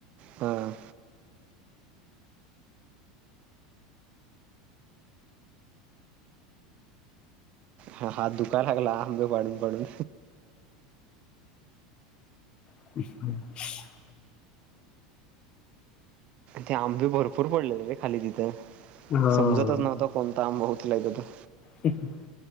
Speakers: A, on the right; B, on the left.
A: हां हां हात दुखां लागंला आंबे पाडूंन पाडूंन.
B: <unintelligible>
A: ते आंबी भरंपूर पडलेले रे खांली तिथं
B: हो
A: समजतंच नां. कोणंता आमब होऊंत एकथो त
B: ठीकं